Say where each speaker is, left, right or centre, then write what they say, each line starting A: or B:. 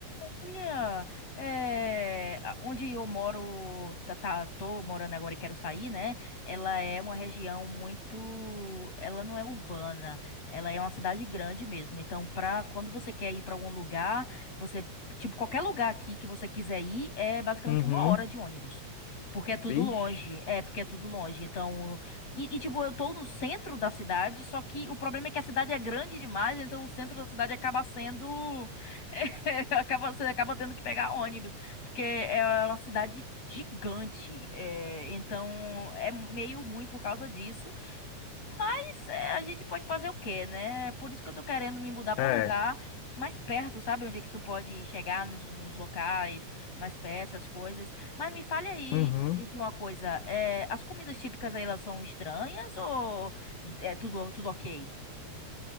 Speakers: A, on the left; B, on the left.
A: Olha, é, a- onde eu moro, tá, tá- tô morando agora e quero sair, né? Ela é uma região muito, ela não é urbana, ela é uma cidade grande mesmo. Então, pra quando você quer ir pra algum lugar, você, tipo, qualquer lugar aqui que você quiser ir, é basicamente
B: Uhum,
A: uma hora de ônibus. Porque é tudo
B: vixe,
A: longe, é, porque é tudo longe. Então, e, e, tipo, eu tô no centro da cidade, só que o problema é que a cidade é grande demais, então o centro da cidade acaba sendo <laughs> Acaba, você acaba tendo que pegar ônibus, porque é uma cidade gigante, é, então é meio ruim por causa disso, mas é, a gente pode fazer o quê, né? Por isso que eu tô querendo me mudar pra
B: é.
A: um lugar mais perto, sabe? Onde é que tu pode chegar nos, nos locais mais perto, essas coisas. Mas me fale aí
B: Uhum.
A: de, de uma coisa, é, as comidas típicas aí elas são estranhas ou é tudo, tudo ok?